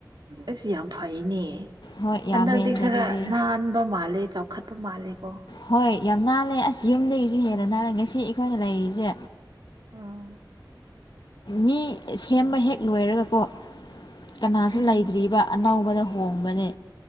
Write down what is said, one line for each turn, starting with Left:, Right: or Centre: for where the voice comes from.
Right: ꯢꯁ ꯌꯥꯝ ꯐꯩꯅꯦ
Left: ꯍꯣꯏ
Right: ꯍꯟꯗꯛꯇꯤ
Left: ꯌꯥꯝꯃꯦ ꯑꯗꯒꯤꯗꯤ
Right: ꯈꯔ ꯅꯥꯟꯕ ꯃꯥꯜꯂꯦ ꯆꯥꯎꯈꯠꯄ ꯃꯥꯜꯂꯦ ꯀꯣ
Left: ꯍꯣꯏ ꯌꯥꯝ ꯅꯥꯜꯂꯦ ꯑꯁ ꯌꯨꯝꯗꯒꯤ ꯁꯤ ꯍꯦꯟꯅ
Right: ꯎꯝ
Left: ꯅꯥꯂꯝꯅꯤ ꯁꯤ ꯑꯩꯈꯣꯏꯅ ꯂꯩꯔꯤꯁꯦ
Right: ꯎꯝ
Left: ꯃꯤ ꯁꯦꯝꯕ ꯍꯦꯛ ꯂꯣꯏꯔꯒꯀꯣ ꯀꯅꯥꯁꯨ
Right: ꯎꯝ
Left: ꯂꯩꯇ꯭ꯔꯤꯕ ꯑꯅꯧꯕꯗ ꯍꯣꯡꯕꯅꯦ